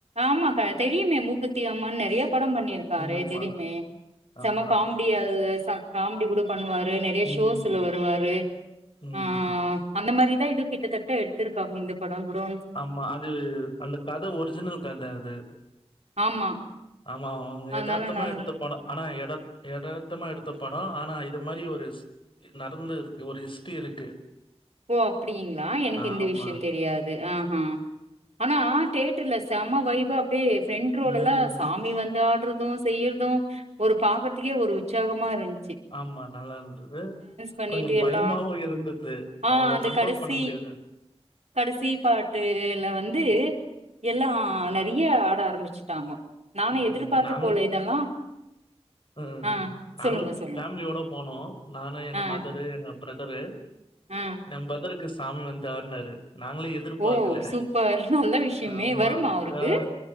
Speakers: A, on the right (about 85°); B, on the left (about 50°).
A: ஆமா க தெரியுமே மூக்குத்தி அம்மன் நெறைய படம் பண்ணிருக்காரு
B: ஆமா
A: தெரியுமே
B: ஆமா
A: செம்ம காம் டி அது ச காமெடி கூட பண்ணுவாரு நெறைய
B: ம்
A: ஷோஸ்ல வருவாரு
B: ம்
A: ஆ அந்த மாரிதா இது கிட்டத்தட்ட எடுத்திருக்காங்க இந்த படோ கூடோ
B: ஆமா அது அந்த கத ஒரிஜினல் கத அது
A: ஆமா
B: ஆமா அவுங்க
A: அதனால
B: எதார்த்தமா
A: நல்
B: எடுத்த படோ ஆனா எதார்த் எதார்த்தமா எடுத்த படோ ஆனா இது மாரி ஒரு நடந்திருக்கு ஒரு ஹிஸ்ட்ரி இருக்கு
A: ஓ அப்டிங்ளா எனக்கு
B: ஆமா
A: இந்த விஷ்யோ தெரியாது ஆ ஹா ஆனா தேட்டர்ல செம வைப் அப்டியே ஃப்ரண்ட் ரோல
B: ம்
A: எல்லா சாமி வந்து ஆட்ற இதுவு செய்யறது ஒரு பாக்கறதுக்கே ஒரு உற்சாகமா இருந்
B: ஆமா நல்லா இருந்தது
A: பண்ணிட்டு
B: கொஞ்சோ பயமாவு
A: எல்லா
B: இருந்தது
A: ஆ
B: அவங்கள
A: அந்த
B: கண்ட்ரோல்
A: கடசி
B: பண்ண முடியாது.
A: கடசி பாட்டுல வந்து எல்லா நெறைய ஆட ஆரம்பிச்சிட்டாங்கோ நானு
B: ம்
A: எதிர்பாத்து
B: நாங்களும்
A: போல இதெல்லா
B: ம்
A: ஆ
B: நாங்களு
A: சொல்லுங்க சொல்லுங்க
B: ஃபேம்லியோட போனோ நானு எங்க
A: ஆ
B: மதரு எங்க பிரதரு
A: ஆ
B: எ பிரதருக்கு சாமி வந்து ஆடுனாரு நாங்களு எ திர்பாக்கல
A: ஓ சூப்பர் நல்ல விஷயமே
B: ஆமா
A: வருமா அவருக்கு
B: ஆ